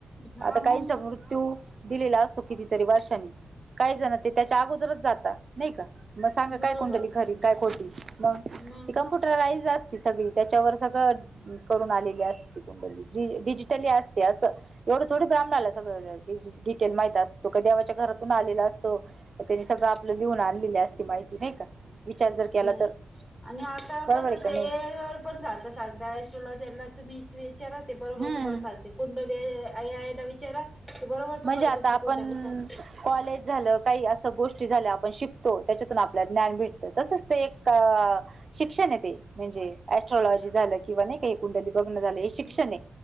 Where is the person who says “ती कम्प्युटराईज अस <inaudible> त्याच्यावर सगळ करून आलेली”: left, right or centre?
Right